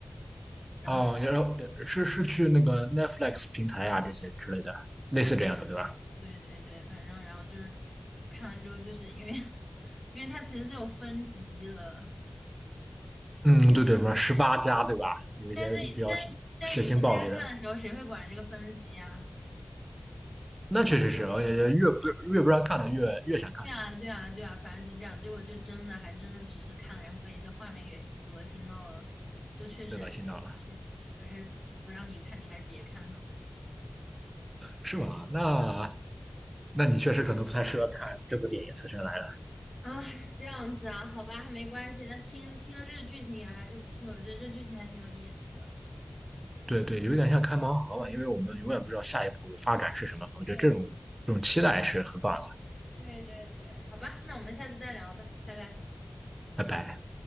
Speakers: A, on the left; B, on the right.
A: 然后就
B: 哦，然后呃是是去那个 Netflix 平台啊这些之类的，类似这样的，对吧？
A: 对对对对，反正然后就是看了之后，就是因为 <laughs> 因为它其实是有分级的，
B: 嗯，对对，什么十八家，对吧？有一些比较血血腥暴力的，
A: 但是但是但是以前大家看的时候，谁会管这个分级啊？
B: 那确实是，而且越不越不让看的越越想看，
A: 对啊对啊对啊，
B: 是吧？
A: 反正就这样，结果就真的还真的就是看了，然后被一些画面给恶心到了，就确实还是还是不让你看，
B: 被恶心到了，
A: 你还是别看。<laughs>
B: 是吗？那那你确实可能不太适合看这部电影《死神来了》。
A: 啊，这样子啊，好吧，没关系。那听听了这个剧情也还是不错，我觉得这剧情还挺有意思。
B: 对对，有点像开盲盒吧，因为我们永远不知道下一步发展是什么。我觉得这种这种期待是很棒的。
A: 对对对对对，好吧，那我们下次再聊吧，拜拜。
B: 拜拜。